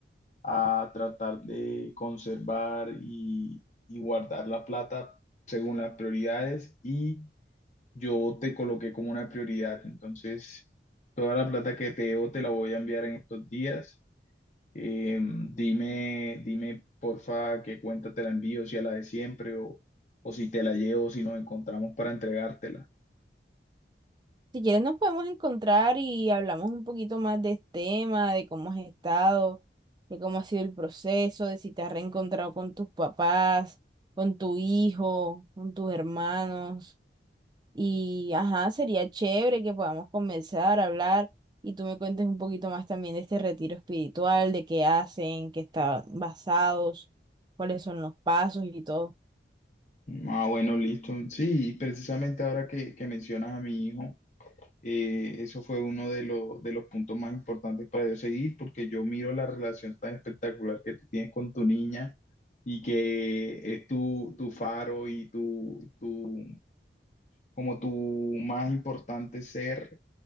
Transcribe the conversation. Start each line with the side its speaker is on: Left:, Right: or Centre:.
Left: a, a tratar de conservar y, y guardar la plata según las prioridades y yo te coloqué como una prioridad. Entonces, toda la plata que te debo te la voy a enviar en estos días. Eh, dime, dime, porfa, qué cuenta te la envío, si a la de siempre o, o si te la llevo, si nos encontramos para entregártela.
Right: Si quieres nos podemos encontrar y hablamos un poquito más de este tema, de cómo has estado, de cómo ha sido el proceso, de si te has reencontrado con tus papás, con tu hijo, con tus hermanos. Y ajá, sería chévere que podamos comenzar a hablar y tú me cuentes un poquito más también de este retiro espiritual, de qué hacen, qué están basados, cuáles son los pasos y todo.
Left: Ah, bueno, listo. Sí, precisamente ahora que, que mencionas a mi hijo. Eh, eso fue uno de, lo- de los puntos más importantes para yo seguir, porque yo miro la relación tan espectacular que tú tienes con tu niña y que es tu, tu faro y tu, tu, como tu más importante ser